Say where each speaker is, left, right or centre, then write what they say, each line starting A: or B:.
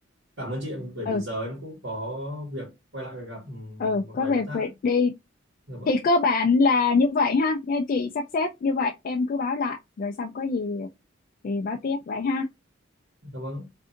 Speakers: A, on the right (about 70°); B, on the left (about 45°).
A: Cảm ơn chị ạ, bởi vì
B: ừ
A: giờ em cũng có việc quay lại và gặp ừ,
B: ừ
A: một
B: có
A: vài đối
B: việc
A: tác.
B: phải đi
A: Dạ vâng.
B: thì cơ bản là như vậy ha nha chị sắp xếp như vậy em cứ báo lại rồi xong có gì thì báo tiếp vậy ha
A: Dạ vâng.